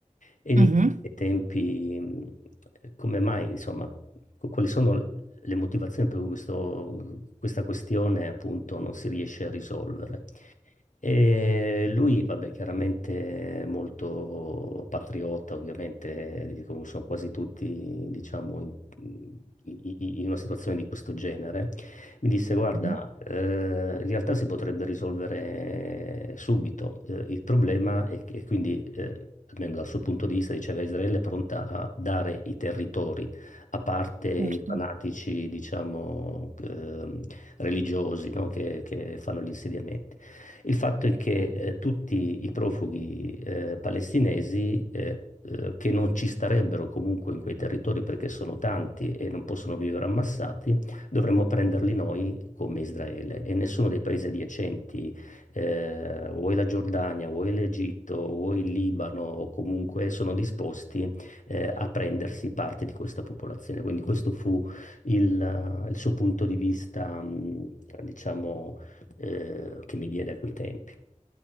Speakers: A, on the left; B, on the right.
A: e gli
B: Mhm,
A: chiesi ai tempi mh, come mai, insomma, qu- quali sono le motivazioni per cui questo- questa questione appunto non si riesce a risolvere. E lui, vabbè, chiaramente molto patriota, ovviamente, di- come sono quasi tutti, diciamo, in, i- i- in una situazione di questo genere, mi disse: Guarda,
B: mhm,
A: eh, in realtà si potrebbe risolvere subito eh, il problema, e, e quindi, eh, almeno dal suo punto di vista, diceva: Israele è pronta a dare i territori a parte i
B: Certo,
A: fanatici, diciamo, ehm, religiosi, no, che, che fanno gli insediamenti. Il fatto è che eh, tutti i profughi eh, palestinesi eh, eh, che non ci starebbero comunque in quei territori perché sono tanti e non possono vivere ammassati, dovremmo prenderli noi come Israele e nessuno dei paesi adiacenti, eh, o la Giordania, o l'Egitto, o il Libano, o comunque sono disposti eh, a prendersi parte di questa popolazione. Quindi questo fu il, il suo punto di vista, mh, diciamo, eh, che mi diede a quei tempi.